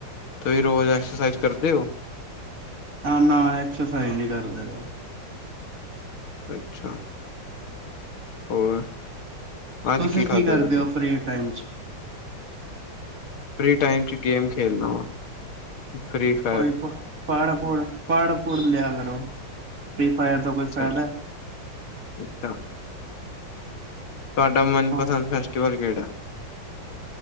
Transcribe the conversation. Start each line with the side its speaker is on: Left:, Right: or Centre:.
Left: ਤੁਸੀਂ ਰੋਜ਼ ਐਕਸਰਸਾਈਜ਼ ਕਰਦੇ ਓ?
Right: ਆ, ਨਾ ਐਕਸਰਸਾਈਜ਼ ਨੀ ਕਰਦੇ ਰੋ
Left: ਅੱਛਾ। ਹੋਰ। ਅੱਜ
Right: ਤੁਸੀਂ
Left: ਖਾਧਾ
Right: ਕੀ ਕਰਦੇ
Left: ਤੁਸੀਂ
Right: ਓ, ਫ੍ਰੀ ਟਾਈਮ 'ਚ?
Left: ਫ੍ਰੀ ਟਾਈਮ 'ਚ ਗੇਮ ਖੇਲਣਾ ਵਾ। ਉ ਫ੍ਰੀ 'ਚ।
Right: ਕੋਈ ਪਹ, ਪੜ-ਪੂੜ, ਪੜ-ਪੂੜ ਲਿਆ ਕਰੋ, ਫ੍ਰੀ ਫਾਇਰ ਦਾ ਕੋਈ
Left: ਅੱਛਾ
Right: ਫ਼ਾਇਦਾ।
Left: ਅੱਛਾ। ਤੁਹਾਡਾ ਮਨਪਸੰਦ
Right: ਹੈ
Left: ਫੈਸਟੀਵਲ ਕਿਹੜਾ?